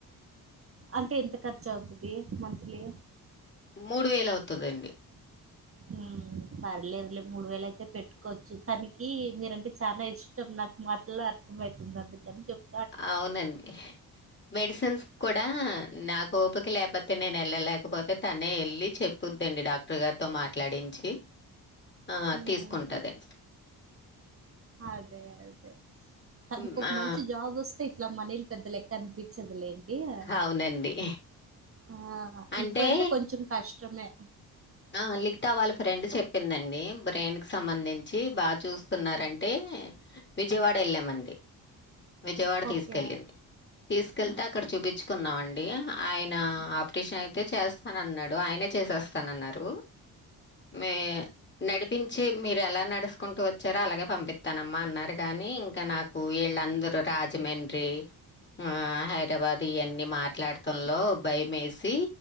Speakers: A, on the right; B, on the left.
A: అంటే ఎంత ఖర్చు అవుతుంది, మంత్లీ.
B: మూడు వేల అవుతదండి.
A: ఉ సర్లేదు లే మూడు వేల అయితే పెట్టుకోవచ్చు, తనికీ మీరంటే చాలా ఇష్టం, నాకు మాట్లా. అర్థం అవుతుంది అందుకని చెప్.
B: అవునండి, మెడిసిన్స్ కూడా నా. ఓపిక లేకపోతే నేను వెళ్ళలేకపోతే తనే ఎళ్ళి, చెప్పుద్దండి డాక్టర్ గారితో మాట్లాడించి. ఆ
A: ఉమ్
B: తీసుకుంటదండి.
A: అదే అదే తనకు
B: హ్మ్.
A: ఒక
B: ఆ!
A: మంచి జాబ్ ఓస్తే ఇట్లా మనీలు పెద్ద లెక్క అనిపించి. వొదిలేంది ఆ
B: అవునండి.
A: ఆ
B: అంటే
A: ఇప్పుడంటే కొంచెం కష్టమే.
B: ఆ లిఖత వాళ్ళ ఫ్రెండ్ చెప్పిందండి, బ్రెయిన్ కి సంబంధించి, బాగా చూస్తున్నారని. అంటే ఏ విజయవాడ ఏళ్ళామండి. విజయవాడ
A: ఓకే
B: తీసుకెళ్ళింది, తీసుకెళ్తే అక్కడ చూపించుకున్నామండి ఆయన. ఆప్రిషన్ నైతే చేస్తానన్నాడు ఆయనే చేసేస్తానన్నారూ. మే నడిప్. ప్పించి మీరు ఎలా నడుసుకుంటూ వొచ్చార అలాగే పంపిత్తనమ్మా అన్నారు గానీ, ఇంకా నాకు వీళ్ళంద. ట్రూ ట్ర ఆ జమండ్రి. మా హైదరాబాద్ ఇయన్నీ మాట్లాడతంలో, భయమేసీ,